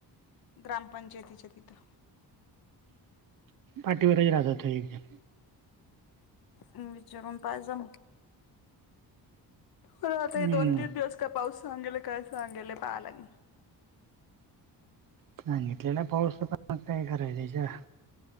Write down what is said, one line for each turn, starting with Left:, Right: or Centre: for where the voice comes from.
Left: ग्रामपंचायतीच्या तिथं.
Right: पाठीवरच राहतात ते एक
Left: अं विचारून पायज म हो आता
Right: हम्म
Left: हे दोन तीन दिवस काय पाऊस सांगेल काय सांगेलय पाहालाग
Right: सांगितलेला पाऊस प मग काय कराय त्यच्या